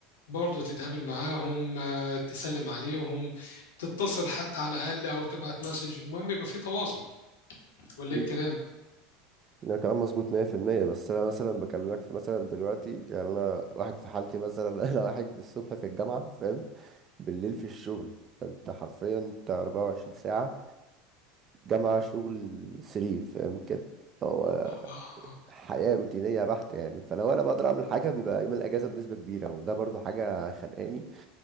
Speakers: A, on the left (about 80°); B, on the right (about 40°).
A: برضه تتقابل معاهم آه، تسلم عليهم تتصل حتى على الاقل او تبعت مسج المهم يبقى في تواصل ولا
B: مم.
A: ايه الكلام
B: ده كلام مظبوط 100% بس انا مثلا بكلمك في مثلا دلوقتي يعني انا واحد في حالتي مثلا <laughs> انا واحد الصبح في الجامعة فاهم بالليل في الشغل فانت حرفيا انت 24 ساعة جامعة شغل 3 فاهم كده هو
A: آه.
B: حياة روتينية بحتة يعني فلو انا بقدر اعمل حاجة بيبقى يوم الاجازة بنسبة كبيرة وده برضو حاجة خانقاني